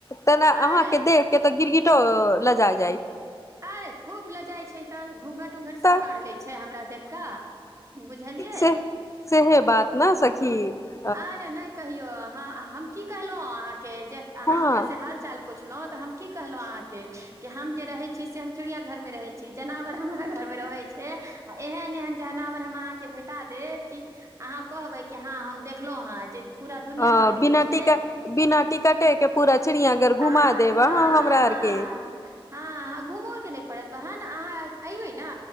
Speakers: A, on the left; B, on the right.
A: तेना
B: अरे
A: अहाँके देखके तऽ गिरगिटो लजा जाइ
B: अरे खूब लजाए छै तऽ घूँघट उऊंघट सब
A: तऽ
B: काढ़ ले छै हमरा देख कऽ बुझलियै
A: से सेहे बात न सखी की
B: आरे नहि कहियो अहाँ हम की कहलहूँ अहाँके जे अहाँ
A: हँ
B: हमरा से हाल चाल पूछलहूँ तऽ हम कि कहलहूँ अहाँके हम जे रहै छी से हम चिड़ियाँ घरमे रहै छी जनावर हमरा घरमे रहै छै ए एहन एहन जनावर हम अहाँक भेटा देब की अहाँ कहबै की अहाँ हम देखलहुँ हँ जे पूरा दुनियाँमे
A: अ
B: नहि मिलै
A: बिना
B: छै
A: टिका बिना टिकटे के पूरा चिड़ियाघर घुमा
B: हाँ
A: देब
B: हाँ
A: अहाँ हमरा
B: हाँ
A: आरके
B: हाँ घूमऽके नहि पड़त बहन अहाँ एबै न